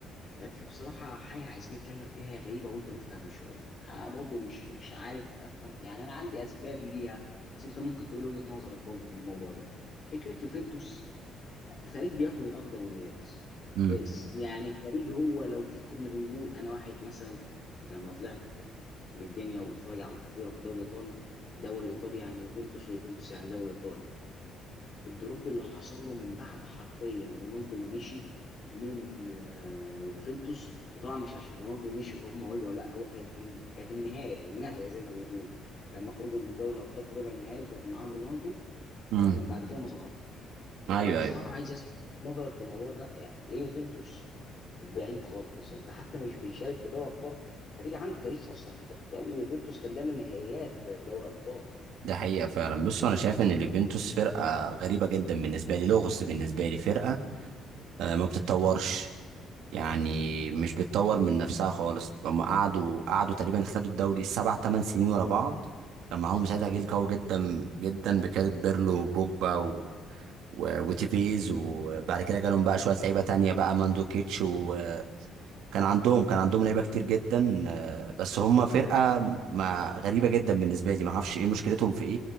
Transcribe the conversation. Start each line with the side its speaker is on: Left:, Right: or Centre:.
Left: كان في بصراحة حاجة عايزين نتكلم فيها غريبة وأنت قلتها من شوية أنا برضه مش مش عارف أفهم يعني أنا عندي أسباب ليها بس أنت ممكن تقول وجهة نظرك برضه في الموضوع ده فكرة يوفنتوس فريق بياكل الأخضر واليابس
Right: امم
Left: فس- يعني فريق هو لو تيجي كنا بنقول أنا واحد مثلا لما طلعت في الدنيا وبتفرج على الكورة في الدوري الإيطالي الدوري الإيطالي يعني يوفنتوس ويوفنتوس يعني دوري إيطالي الدروب اللي حصل له من بعد حرفيا رونالدو ما مشي من آه، يوفنتوس وطبعا مش عشان رونالدو مشي فهم وجعوا لا هو كانت كانت النهايه النهايه زي ما بيقولوا لما خرجوا من دوري الابطال في ربع النهائي وكان معاهم رونالدو
Right: امم
Left: آه، ومن بعد كده ما ظهر
Right: ايوه
Left: انا بصراحه
Right: ايوه
Left: عايز اسمع نظرك في الموضوع ده يعني ليه يوفنتوس بعيد خالص انت حتى مش بيشارك في دوري الابطال فريق عنده تاريخ اصلا انت بتتكلم يوفنتوس كان دايما نهائيات آه، دوري ابطال
Right: ده حقيقه فعلا بص انا شايف ان اليوفنتوس فرقه غريبه جدا بالنسبه لي لغز بالنسبه لي فرقه آه، ما بتتطورش يعني مش بتطور من نفسها خالص هم قعدوا قعدوا تقريبا خدوا الدوري سبع ثمان سنين ورا بعض كان معاهم ساعتها جيل قوي جدا جدا بكاريب بيرلو وبوجبا و- وتيفيز وبعد كده جالهم بقى شويه لعيبه تانية بقى ماندوكيتش وكان عندهم كان عندهم لعيبه كتير جدا آه، بس هم فرقه ما غريبه جدا بالنسبه لي ما اعرفش ايه مشكلتهم في ايه